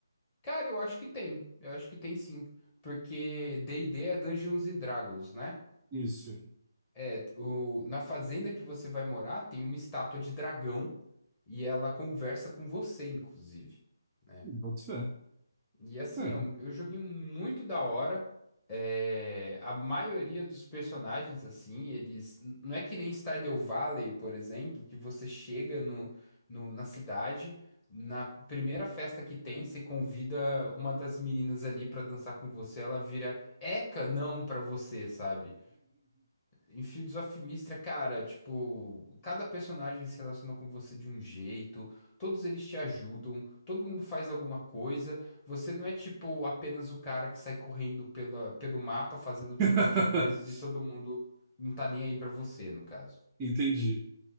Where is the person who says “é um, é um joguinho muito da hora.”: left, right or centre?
Left